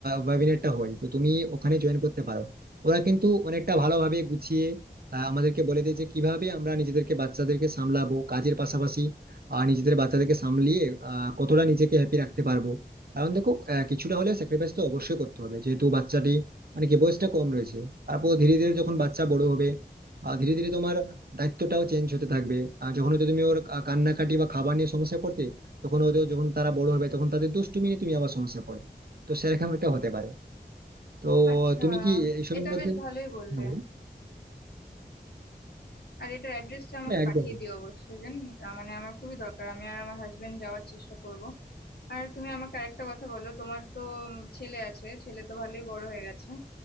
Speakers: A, on the right; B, on the left.
A: ওয়েবিনারটা হয় তো তুমি ওখানে জয়েন করতে পারো ওরা কিন্তু অনেকটা ভালোভাবে গুছিয়ে আহ, আমাদেরকে বলে দেয় যে কিভাবে আমরা নিজেদেরকে বাচ্চাদেরকে সামলাবো কাজের পাশাপাশি আর নিজেদের বাচ্চাদেরকে সামলিয়ে আহ, কতটা নিজেকে হ্যাপি রাখতে পারবো কারণ দেখো আহ, কিছুটা হলেও স্যাক্রিফাইস তো অবশ্যই করতে হবে যেহেতু বাচ্চাটি মানে কি বয়সটা কম রয়েছে তারপর ধীরে ধীরে যখন বাচ্চা বড় হবে আহ ধীরে ধীরে তোমার দায়িত্বটাও চেঞ্জ হতে থাকবে আর যখন হয়তো তুমি ওর কা- কান্নাকাটি বা খাবার নিয়ে সমস্যায় পড়তে তখন হয়তো যখন তারা বড় হবে তখন তাদের দুষ্টুমি নিয়ে তুমি আবার সমস্যায় পড়বে তো সেরকম একটা হতে পারে তো
B: আচ্ছা
A: তুমি কি এইসবের
B: এটা
A: মধ্যে
B: বেশ ভালোই বললে
A: হ্যাঁ বলো।
B: আর এটার অ্যাড্রেসটা আমাকে
A: হ্যাঁ, একদম
B: পাঠিয়ে দিও অবশ্যই জান আহ, মানে আমার খুবই দরকার আমি আর আমার হাজবেন্ড যাওয়ার চেষ্টা করব আর তুমি আমাকে আরেকটা কথা বলো তোমার তো উম, ছেলে আছে ছেলে তো ভালোই বড় হয়ে গেছে